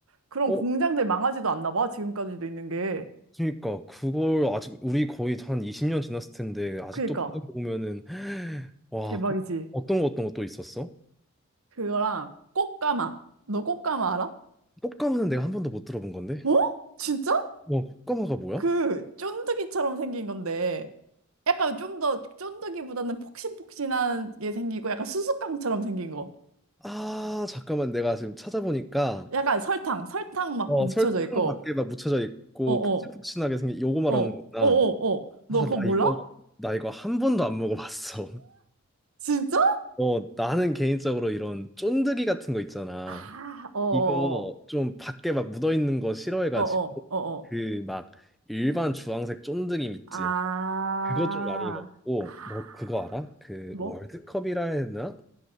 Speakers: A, on the right; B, in the centre.
A: 그런
B: 어,
A: 공장들 망하지도 않나 봐, 지금까지도 있는 게.
B: 그러니까 그걸 아직 우리 거의 한 20년 지났을 텐데 아직도
A: 그니까,
B: 파는 거 보면은 <sighs> 와,
A: 대박이지.
B: 그- 어떤 거 어떤 거 또 있었어?
A: 그거랑 꽃가마. 너 꽃가마 알아?
B: 꽃가마는 내가 한 번도 못 들어본 건데.
A: 어? 진짜?
B: 와, 꽃가마가 뭐야?
A: 그, 쫀득이처럼 생긴 건데, 약간 좀 더 쫀득이보다는 폭신폭신한 게 생기고, 약간 수수깡처럼 생긴 거.
B: 아, 잠깐만 내가 지금 찾아보니까
A: 약간 설탕, 설탕 막
B: 어,
A: 묻혀져
B: 설탕
A: 있고,
B: 밖에 막 묻혀져 있고
A: 어어,
B: 폭신폭신하게 생긴 요거 말하는
A: 어어,
B: 거구나.
A: 어어, 너
B: 아,
A: 그거
B: 나
A: 몰라?
B: 이거 나 이거 한 번도 안 먹어봤어. <laughs>
A: 진짜?
B: 어, 나는 개인적으로 이런 쫀득이 같은 거 있잖아.
A: 아, 어어어,
B: 이거 좀 밖에 막 묻어 있는 거 싫어해가지고
A: 어어어어.
B: 그 막 일반 주황색 쫀득이 있지.
A: 아,
B: 그거 좀 많이 먹고
A: 아,
B: 뭐 그거 알아? 그
A: 뭐?
B: 월드컵이라 해야 되나?